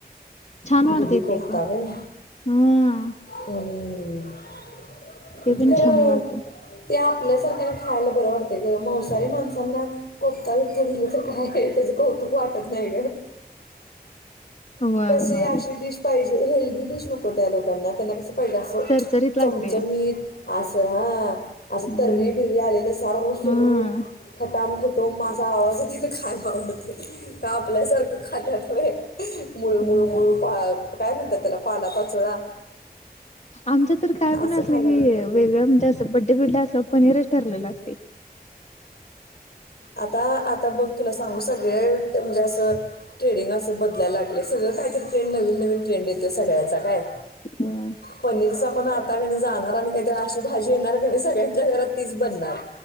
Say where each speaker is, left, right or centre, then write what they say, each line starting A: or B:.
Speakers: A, on the left (about 45°); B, on the left (about 75°).
A: छान वाटते
B: दुदी कोफता
A: ते पण
B: व
A: हा
B: हम्म ह
A: ते पण
B: खर
A: छान वाटते
B: त्या आपल्यासारख्या खायला बरं वाटतेय ग मवसाारी माणसांना कोपता दुपता दिलं तर काय त्या कौतुक वाटत नाही
A: होय
B: अशी
A: होय
B: डिश पाहिजे. हेल्दी डीश नको त्या लोकना त्यांना कस पहिलं असं
A: चरचरीत लागते
B: चमचमीत असं हा असं
A: हम्म
B: तर्री बिर्री आलेलं सारू सुरू
A: हा
B: खटाम खुट तो माझा आवाज कि खायला आवडतय का आपल्यासारखं खातत व्हय मुळू
A: होय
B: मुळू मुळूपाक काय म्हणतात त्याला पाला पाचोळा
A: आमच्या तर काय पण
B: असं
A: असलं
B: खायला
A: कि
B: लागलं
A: वेगळं म्हणजे असं बड्डे बिड्डे असल्यावर पनीरच ठरलेलं असतय
B: आता आता बघ तुला सांगू सगळे म्हणजे असं ट्रेडिंग अस बदलायला लागले सगळं काहीतरी ट्रेंड नवीन नवीन ट्रेंड येते सगळ्यांचा काय
A: होय
B: पनीर. पण आता कनई जाणार आणि काहीतरी अशी भाजी येणार कनई सगळ्यांच्या घरात तीच बनणार.